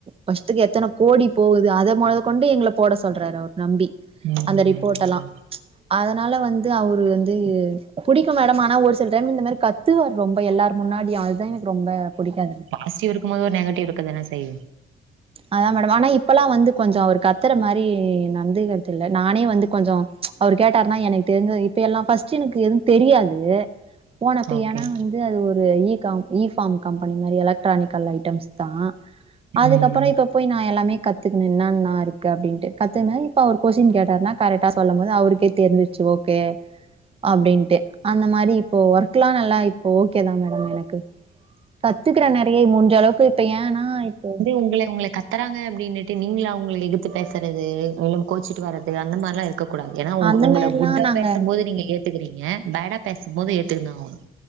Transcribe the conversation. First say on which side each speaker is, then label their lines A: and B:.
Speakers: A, on the right; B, on the right.
A: பஷ்ட்டுக்கு எத்தன கோடி போகுது அத மொத கொண்டு எங்கள போட சொல்றாரு அவரு நம்பி
B: ம்.
A: அந்த ரிப்போடலா அதனால வந்து அவரு வந்து புடிக்கு மேடம் ஆனா ஒரு சில டைம் இந்த மாரி கத் கத்துவார் ரொம்ப எல்லார் முன்னாடியு அல்தா எனக் ரொம்ப புடிக்காது
B: அசிவ்இருக்கும்போது ஒரு நெகட்டிவ் இருக்கதனே செய்யு
A: அதா மேடம் ஆனா இப்பலா வந்து கொஞ்ச அவர் கத்தற மாரி நடந்துகற்த் இல்ல நானே வந்து கொஞ்சோ அவர் கேட்டாருனா எனக்கு தெரிஞ்ச இப்ப எல்லா பஃஸ்ட் எனக்கு எதுவு தெரியாது போனப்ப
B: ஓகே
A: ஏனா வந்து அது ஒரு இ காம் இ ஃபாம் கம்பெனி மாரி எலக்ட்ரானிக்கல் ஐட்டம்ஸ் பா அதுக்கப்
B: ம்
A: நா எல்லாமே கத்துக்குனு என்னான்னா இருக்கு அப்டின்ட்டு கத்துனு இப்ப அவர் கொஷின் கேட் அர்னா கரெட்டா சொல்லும் போது அவருக்கே தெரிஞ்சிச்சி ஓகே அப்படின்ட்டு அந்த மாரி இப்போ ஒர்க்ல்லா நல்லா இப்போ ஓகே தா மேடம் எனக்கு கத்துக்கறே நெறைய மூன்ஜளவுக்கு இப்ப ஏன்னா இப்போ
B: உங்ளே உங்ள கத் த்தராங்க அப்படின்னுட்டு நீங்ளா அவ்ங்ள எதுத்து பேசுறது இலும் கோச்சிட்டு வரது அந்த மாரிலா இருக் க்கக்கூடாது ஏன்னா உங்கு
A: அந்த
B: உங்கள
A: மாரிலா
B: குட்டா
A: நாங்க
B: பேசும்போது நீங்க ஏத்துக்கறீங்க பேடா பேசும்போது ஏத்துக்குனா ஆவ்னு